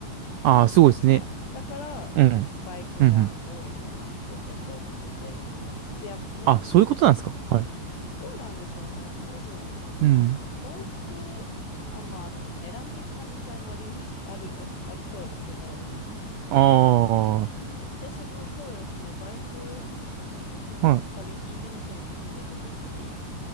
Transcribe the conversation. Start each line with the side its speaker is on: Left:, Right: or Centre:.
Left: はず、
Right: ああ、すごいですね。
Left: 確か。だから、
Right: うん。
Left: バイクが多いのかなって、
Right: うんうん。
Left: やっぱ思ってて。で、やっね、
Right: あ、そういうことなんですか。はい。
Left: どうなんでしょうね。多分、
Right: うん。
Left: バイク、あ、まあ、あと、値段的な問題もあります、<laughs> ある、あ、ありそうだけど。
Right: ああ、
Left: ねえ私もそうですね、
Right: は
Left: バイク、その、
Right: い。
Left: バリ、インドネシアに住んでた時に、